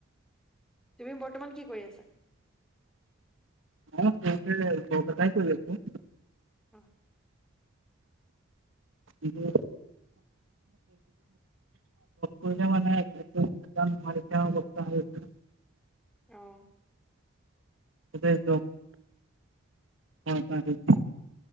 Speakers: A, in the centre; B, on the right.
A: তুমি বৰ্তমান কি কৰি আছা?
B: মই সৰুকে জ্বব এটাই কৰি আছোঁ।
A: অহ
B: উম <unintelligible> মলে মানে <unintelligible> বোকা হৈছে
A: অহ
B: জ্ববটো <unintelligible>